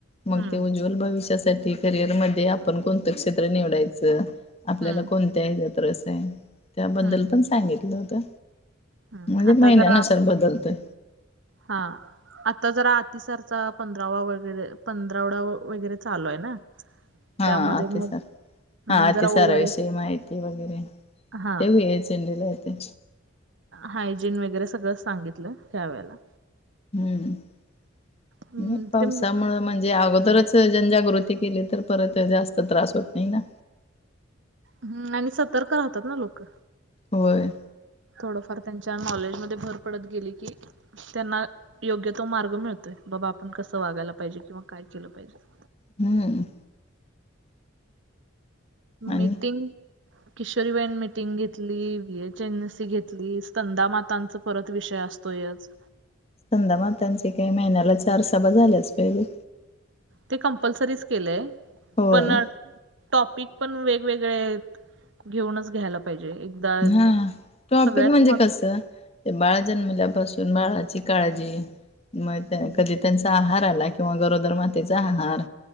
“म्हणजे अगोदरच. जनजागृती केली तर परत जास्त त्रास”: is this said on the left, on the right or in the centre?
Left